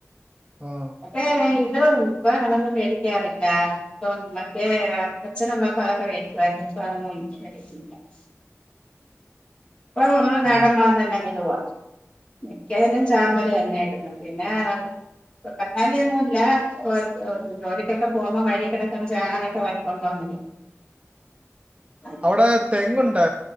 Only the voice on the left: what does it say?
ഏ ഇതൊ ഇപ്പൊ അങ്ങനെ ഒന്നും മേടിക്കാറില്ല. അപ്പൊ മറ്റേ അച്ഛനൊന്ന് ആ പഴൊക്കെ വേടിക്കുവായിരുന്നു ഇപ്പൊ അതൊന്നും <unintelligible> ഇപ്പൊ <unintelligible>
മിക്കതിലും ചാമ്പല് തന്നെയാ ഇടുന്നെ പിന്നെ കങ്ങാലിയൊന്നും ഇല്ല <unintelligible> ഒക്കെ പോകുമ്പോ വഴി കിടക്കുന്ന ചേന അങ്ങനത്തെ വാങ്ങി <unintelligible>